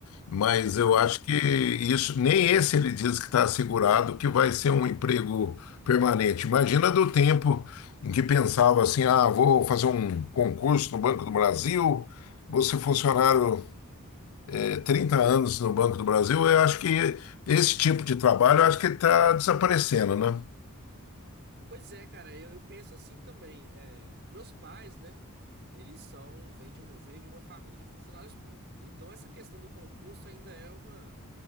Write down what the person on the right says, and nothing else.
Pois é, cara, eu, eu penso assim também. É, meus pais, né? Eles são, vêm de- um, eu venho de uma família de funcionários públicos. Então essa questão do concurso ainda é uma,